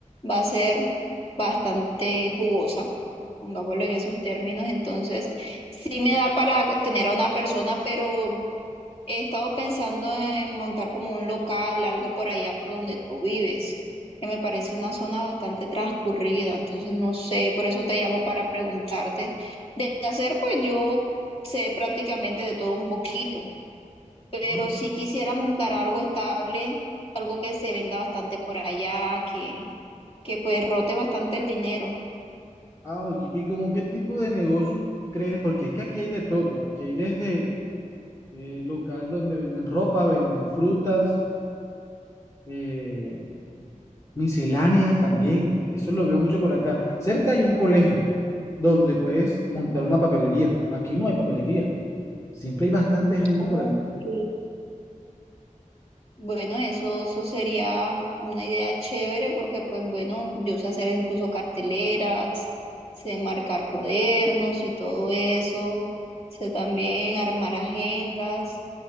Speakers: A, on the left; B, on the left.
A: va a ser bastante jugosa. pongámoslo en esos términos, entonces sí me da para tener a una persona, pero he estado pensando en montar como un local, algo por allá por donde tú vives, que me parece una zona bastante transcurrida, entonces no sé, por eso te llamo para preguntarte. De hacer, pues yo sé prácticamente de todo un poquito, pero
B: Ah,
A: si quisiera montar algo estable, algo que se venda bastante por allá, que, que pues rote bastante el dinero.
B: ah, ok. ¿Y como qué tipo de negocio crees? Porque es que aquí hay de todo. Aquí hay desde eh, local donde venden ropa, venden frutas, eh, misceláneas también. Eso lo veo mucho por acá. Cerca hay un colegio donde puedes montar una papelería. Aquí no hay papelería. Siempre hay bastante gente
A: Ok.
B: por aquí.
A: Bueno, eso, eso sería una idea chévere porque, pues bueno, yo sé hacer incluso carteleras, sé marcar cuadernos y todo eso, sé también armar agendas,